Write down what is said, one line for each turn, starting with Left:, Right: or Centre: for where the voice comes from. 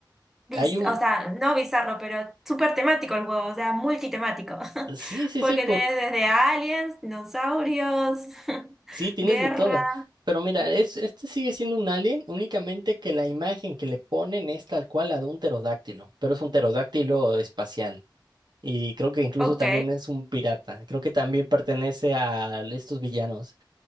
Centre: bis-
Right: hay un...
Centre: o sea, no bizarro, pero súper temático el juego, o sea, multitemático. <laughs>
Right: Sí, sí,
Centre: Porque
Right: sí,
Centre: tenés desde aliens, dinosaurios, <laughs>
Right: Sí, tienes
Centre: guerra.
Right: de todo. Pero mira, es, este sigue siendo un alien, únicamente que la imagen que le ponen es tal cual la de un pterodáctilo, pero es un pterodáctilo espacial. Y creo que incluso
Centre: Ok.
Right: también es un pirata. Creo que también pertenece a estos villanos.